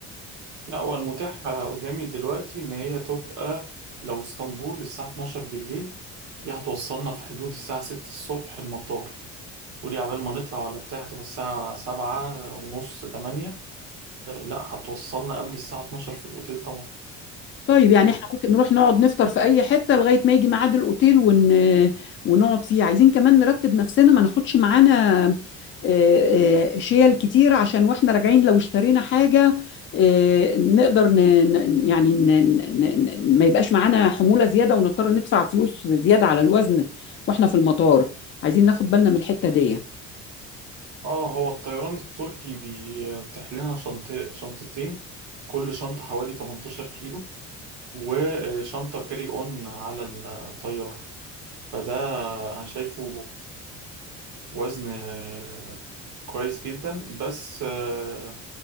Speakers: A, on the right; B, on the left.
A: لا هو المتاح قدامي دلوقتي إن هي تبقى لو اسطنبول للساعة 12 بالليل دي هتوصلنا في حدود الساعة 6 الصبح المطار ودي عبال ما نطلع ولا بتاع تبقى الساعة 7 ونص 8 لا هتوصلنا قبل الساعة 12 في الأوتيل طبعا
B: طيب يعني
A: مم.
B: احنا ممكن نروح نقعد نفطر في اي حتة لغاية ما يجي ميعاد الاوتيل ون... ونقعد فيه عايزين كمان نرتب نفسنا ما ناخدش معانا آه، آه، شيل كتير عشان واحنا راجعين لو اشترينا حاجة آه، نقدر ن... ن- يعني ن... ن... ن- ما يبقاش معانا حمولة زيادة ونضطر ندفع فلوس زيادة على الوزن واحنا في المطار عايزين ناخد بالنا من الحتة دي
A: اه هو الطيران التركي بيتيح لنا شنط... شنطتين كل شنطة حوالي 18 كيلو وشنطة كاري اون على الطيارة فده انا شايفه وزن آه، كويس جدا بس آه،